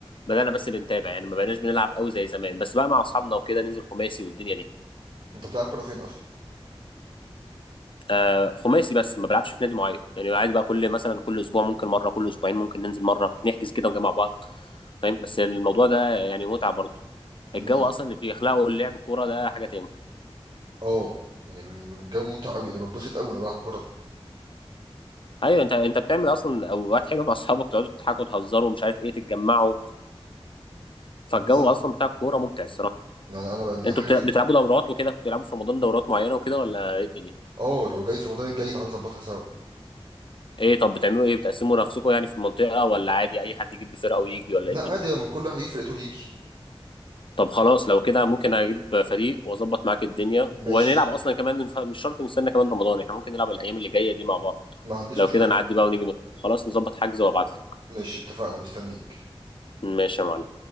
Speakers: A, on the left; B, on the right.
A: بدأنا بس بنتابع يعني ما بقيناش بنلعب قوي زي زمان بس بقى مع اصحابنا وكده ننزل خماسي والدنيا دي
B: أنت بتلعب كورة فين أصلا؟
A: آه خماسي بس ما بلعبش في نادي معين يعني عادي بقى كل مثلا كل اسبوع ممكن مره كل اسبوعين ممكن ننزل مره نحجز كده ونجمع بعض فاهم بس الموضوع ده يعني متعه برضه
B: لا
A: الجو
B: لا
A: اصلا اللي بيخلقه اللعب الكوره ده حاجه تاني
B: اه يعني من- من جو ممتع أوي أنا بتبسط أوي وأنا بلعب كورة
A: ايوه انت انت بتعمل اصلا اوقات حلوه مع اصحابك تقعدوا تضحكوا تهزروا ومش عارف ايه تتجمعوا فالجو
B: بالظبط
A: اصلا بتاع الكوره ممتع الصراحه
B: أنا أنا بقى- يعني
A: انتوا
B: حاجة
A: بتلع-
B: زي-
A: بتلعبوا دورات وكده بتلعبوا في رمضان دورات معينه وكده ولا ايه الدنيا
B: اه لو جاي في رمضان الجاي تعالى نظبطها سوا
A: ايه طب بتعملوا ايه بتقسموا نفسكم يعني في المنطقه ولا عادي اي حد يجيب فرقه ويجي ولا
B: لا
A: ايه الدنيا
B: عادي لما كل واحد يجي فرقته يجي
A: طب خلاص لو كده ممكن اجيب فريق واظبط معاك الدنيا
B: ماشي
A: ونلعب اصلا كمان ف- مش شرط نستنى كمان رمضان احنا ممكن نلعب الايام اللي جايه دي مع بعض
B: ما عنديش
A: لو
B: مشكلة
A: كده نعدي بقى ونيجي من- خلاص نظبط حجز وابعت لك
B: ماشي اتفقنا مستنيك
A: ماشي يا معلم